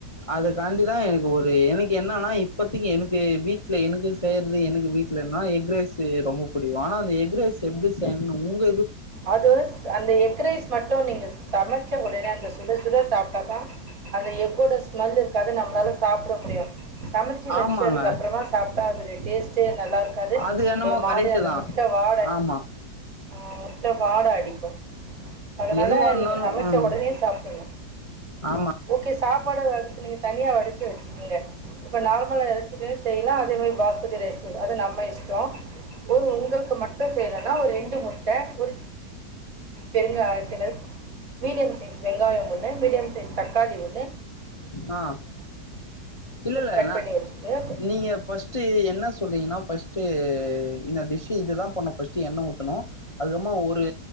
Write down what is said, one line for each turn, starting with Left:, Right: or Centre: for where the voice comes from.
Left: அததுக்காண்டிதா எனக்கு ஒரு
Right: ம்
Left: எனக்கு என் ன்னானா இப்பதிக்கு எனக்கு வீட் ட்டல எனக்கு செய்யறது எனக்கு வீட்லன எக்ரைஸ் ரொம்ப புடிக்கு ஆனா அந்த எக்ரைஸ் எப்பிடி செய்யனு உங்க
Right: அது வந்துஸ் அந்த எக்ரைஸ் மட்டு நீங்க சமைக் ச்ச உடனே அந்த சுட சுட சாப்ட்டதா அந்த எக்கோட ஸ்மெல் இருக்காது நம்மளால சாப்பிட முடியு சமைச்சி வச்சதுக்கு
Left: ஆமாங்க
Right: அப்புறமா சாப்பிட்டா அதுடைய டேஸ்ட்டே நல்லா இருக்காது
Left: அது என்னமோ
Right: ஒரு மாதிரி
Left: கரெக்டு
Right: அந்த
Left: தான்
Right: முட்ட வாட
Left: ஆமாம்
Right: ம் ட்ட வாட அடிக்கு அதனால
Left: எதுவாக இருந்தாலும்
Right: நீங்க சமச்ச
Left: ம்
Right: ஒடனே சாப்பிடணு
Left: ஆமாம்
Right: ஓகே சாப்பாடு அதுக்கு நீங்க தனியா வடிச்சி வச்சிகங்க இப்ப நார்மலா அரிசிலயு செய்யலா அதே மேரி பாஸ்மதி ரைஸ்ல அது நம்ம இஷ்டோ ஒரு உங்களுக்கு மட்டு செய்யலன்னா ஒரு ரெண்டு முட்ட ஒரு பெருங்காயத்தினர் மீடியம் சைஸ் வெங்காயம் ஒண்ணு மீடியம் சைஸ் தக்காளி ஒண்ணு
Left: ஆ இல்ல இல்ல
Right: கட்
Left: ந
Right: பண்ணி வச்சுக்கோங்க
Left: நீங்க பஸ்ட் என்ன சொல்றீங்கன்னா பஸ்ட் அ இந்த டிஷ் இதுதா பண்ணு பஸ்ட் எண்ணெ ஊத்தனு அதுக்கம்மா ஒரு